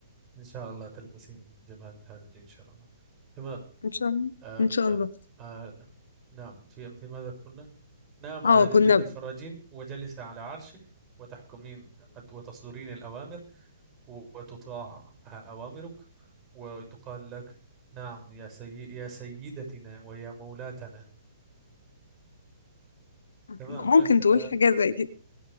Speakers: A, on the right; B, on the left.
A: إن شاء الله تلبسين جمال تاج إن شاء الله تمام
B: ان شاء الله
A: آه
B: ان شاء
A: آه
B: الله
A: آه، نعم في في ماذا كنا؟ نعم
B: اه
A: آه أنت
B: كنا
A: تتفرجين وجلس على عرشك وتحكمين وتصدرين الأوامر وتطاع آه، أوامرك وتقال لك نعم يا سي... يا سيدتنا ويا مولاتنا تمام
B: ممكن
A: أغ...
B: تقول
A: أغ...
B: حاجه زي كده